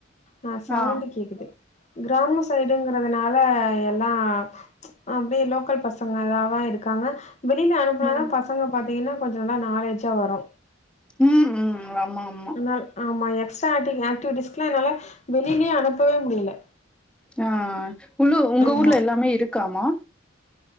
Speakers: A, on the left; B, in the centre.
A: அ சவுண்டு
B: ஆ
A: கேக்குது கிராம சைடுங்க இர்ந்ததுனால எல்லா அப்டே லோக்கல் பசங்கலாவ இருக்காங்க வெளியில அனுப்புனாதா
B: ம்
A: பசங்க பாத்தீங்கினா கொஞ்சலா நாலேஜா வரு
B: ம் ம் ஆமாம்
A: ஆனால் ஆமா எக்ஸ்ட்ரா ஆக்டி ஆக்டிவிட்டிஸ்கிலா என்னால வெளியிலியே அனுப்பவே முடியல
B: ஆ உள்ளு உங்க
A: ஆமா
B: ஊர்ல எல்லாமே இருக்காமா